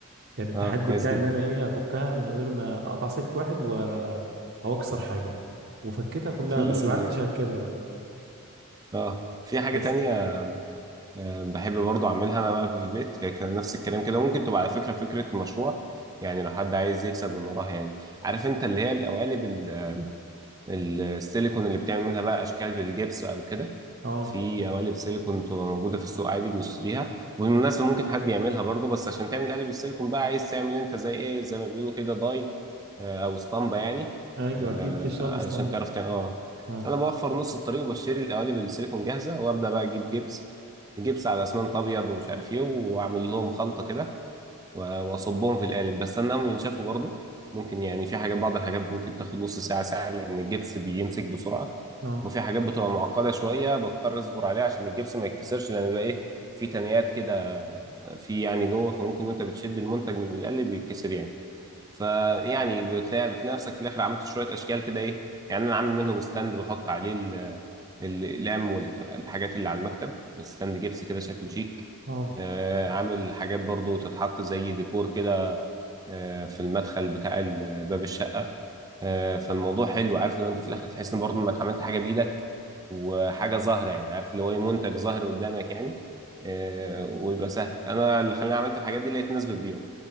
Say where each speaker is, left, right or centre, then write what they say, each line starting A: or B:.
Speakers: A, on the right; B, on the right.
A: كان التحدي
B: اه كويس
A: بتاعي
B: جدا
A: إن أنا إيه أفكها من غير ما أقطع سلك واحد و... أو أكسر
B: <laughs>
A: حاجة وفكيتها كلها
B: في
A: بس ما عرفتش أركبها بقى
B: اه في حاجه
A: بس
B: تانية أه، بحب برضو اعملها انا بقى في البيت هي كان نفس الكلام كده ممكن تبقى على فكره فكره مشروع يعني لو حد عايز يكسب من وراها يعني عارف انت اللي هي القوالب ال- آه، السيليكون اللي بتعمل منها بقى اشكال بالجبس او كده
A: أه
B: في قوالب سيليكون بتبقى موجودة في السوق عادي بنشتريها وبالمناسبة ممكن حد يعملها برضو بس عشان تعمل قالب السيليكون بقى عايز تعمل انت زي ايه زي ما بيقولوا كده داي آه، او اسطمبة يعني
A: أيوه
B: آه،
A: أكيد تشتغل
B: علشان
A: باسطمبة
B: تعرف تعمل اه
A: أه
B: فانا بوفر نص الطريق وبشتري القوالب السيليكون جاهزة وابدا بقى اجيب جبس جبس على اسمنت ابيض ومش عارف ايه واعمل لهم خلطة كده و- واصبهم في القالب بس استناهم ينشفوا برضو ممكن يعني في حاجات بعض الحاجات ممكن تاخد نص ساعة ساعة لأن الجبس بيمسك بسرعة
A: أه
B: وفي حاجات بتبقى معقدة شوية بضطر اصبر عليها عشان الجبس ما يتكسرش لان بيبقى ايه في تنيات كده في يعني جوه فممكن وانت بتشد المنتج من القالب يتكسر يعني فيعني بتلاقي بتلاقي نفسك في الاخر عملت شوية اشكال كده ايه يعني انا عامل منهم ستاند بحط عليه ال- الاقلام والحاجات اللي على المكتب ستاند جبس كده شكله شيك
A: أه
B: آه، عامل حاجات برضو تتحط زي ديكور كده آه، في المدخل بتاع ال- باب الشقة آه، فالموضوع حلو عارف ان انت في الاخر تحس ان برضو انك عملت حاجة بايدك وحاجه ظاهره يعني عارف اللي هو ايه منتج ظاهر قدامك يعني آه، ويبقى سهل انا اللي خلاني عملت الحاجات دي لقيت ناس بتبيعه